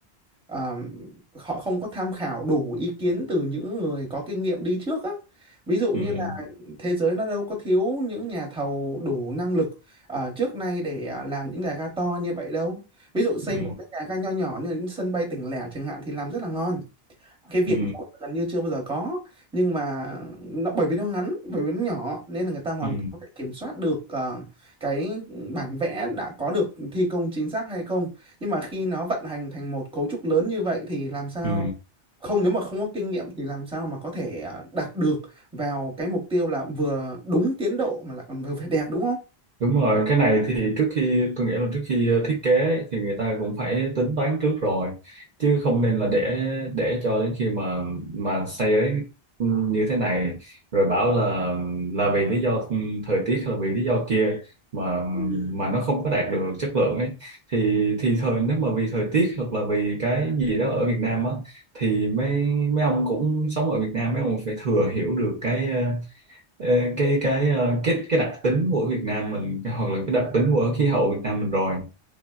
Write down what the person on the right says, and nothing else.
ừm.
ừ,
ừ,
ừ,
ừ.
Đúng rồi, cái này thì trước khi tôi nghĩ là trước khi ờ, thiết kế ấy, thì người ta cũng phải tính toán trước rồi chứ không nên là để để cho đến khi mà mà xây đến như thế này rồi bảo là là vì lý do ừ, thời tiết hay là vì lý do kia mà
mà nó không có đạt được chất lượng ấy thì thì thời nếu mà vì thời tiết hoặc là vì cái gì đó ở Việt Nam á thì mấy mấy ông cũng sống ở Việt Nam mấy ông phải thừa hiểu được cái ờ, Ờ, cái cái ờ, cái cái đặc tính của Việt Nam mình hoặc là cái đặc tính của khí hậu Việt Nam mình rồi